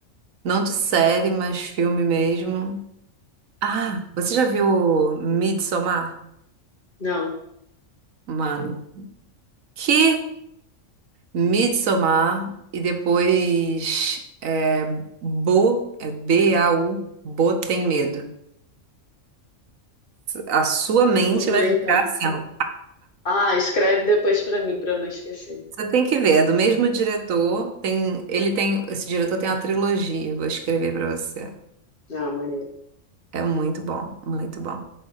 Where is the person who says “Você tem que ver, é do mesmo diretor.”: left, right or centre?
Right